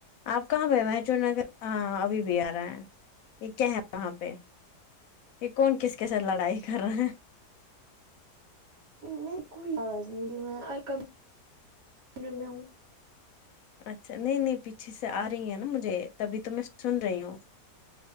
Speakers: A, on the left; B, on the right.
A: آپ کہاں پہ ہیں مچور نگر ہاں ابھی بھی آ رہا ہے یہ کیا ہے وہاں پہ یہ کون کس کے ساتھ لڑائی کر رہے ہیں
B: نہیں کوئی آواز نہیں میں اور کمرے میں ہوں
A: اچھا نہیں نہیں پیچھے سے آ رہی ہیں نا مجھے تبھی تو میں سن رہی ہوں